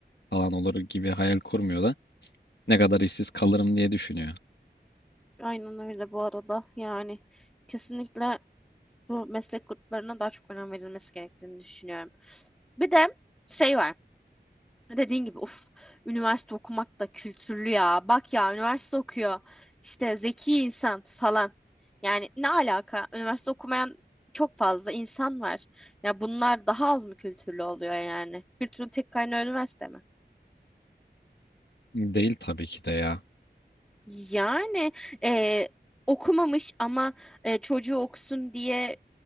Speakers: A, on the left; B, in the centre.
A: falan olur gibi hayal kurmuyor da ne kadar işsiz kalırım diye düşünüyor.
B: Aynen öyle bu arada. Yani kesinlikle bu meslek gruplarına daha çok önem verilmesi gerektiğini düşünüyorum. Bir de şey var. Dediğin gibi uf üniversite okumak da kültürlü ya. Bak ya üniversite okuyor. İşte zeki insan falan. Yani ne alaka? Üniversite okumayan çok fazla insan var. Ya bunlar daha az mı kültürlü oluyor yani? Kültürün tek kaynağı üniversite mi?
A: Değil tabii ki de ya.
B: Yani e, okumamış ama e, çocuğu okusun diye